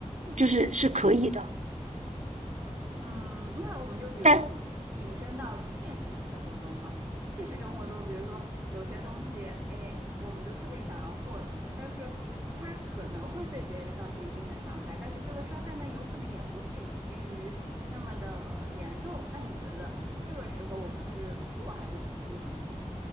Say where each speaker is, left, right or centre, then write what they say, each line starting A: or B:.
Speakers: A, on the right; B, on the right.
A: 就是是可以的。
B: 嗯，那我们就比如说
A: 但
B: 引申到现实生活中嘛，现实生活中，比如说有些东西，哎，我们就特别想要获得，但是它可能会对别人造成一定的伤害，但是这个伤害呢，有可能也不至于那么的严重。那你觉得这个时候我们是做还是不做呢？